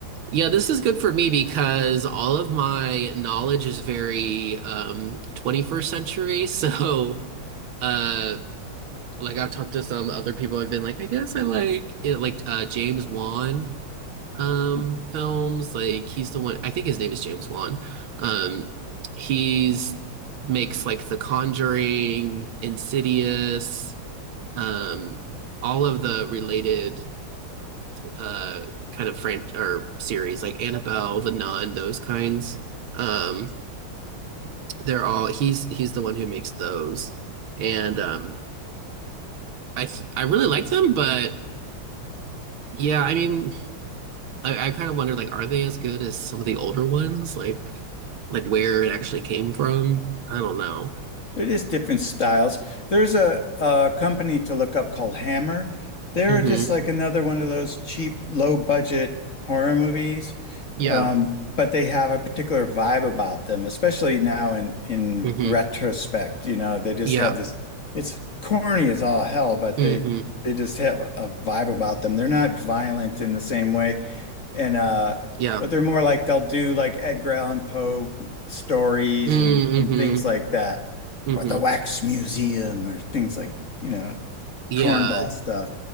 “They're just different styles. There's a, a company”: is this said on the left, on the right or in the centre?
Left